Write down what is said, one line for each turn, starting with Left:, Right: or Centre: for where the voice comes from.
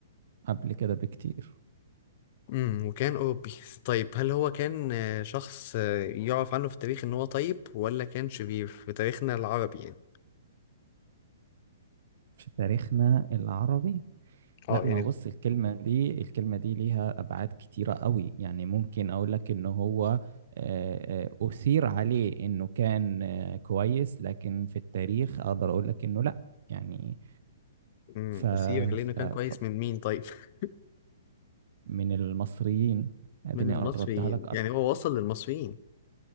Right: قبل كده بكتير
Left: امم وكان أوروبي طيب هل هو كان آه، شخص آه، يعرف عنه في التاريخ إن هو طيب ولا كان شرير في تاريخنا العربي يعني؟
Right: في تاريخنا العربي
Left: اه
Right: لا ما
Left: يعني
Right: بص الكلمة دي الكلمة دي ليها أبعاد كتيرة قوي يعني ممكن أقول لك إن هو آه، آه، أثير عليه إنه كان آه، كويس لكن في التاريخ أقدر أقول لك إنه لا يعني
Left: امم
Right: ف...
Left: أثير لأنه
Right: ف...
Left: كان
Right: ف...
Left: كويس من مين طيب؟ <laughs>
Right: من المصريين أديني
Left: من المصريين
Right: قربتها لك أكتر
Left: يعني هو وصل للمصريين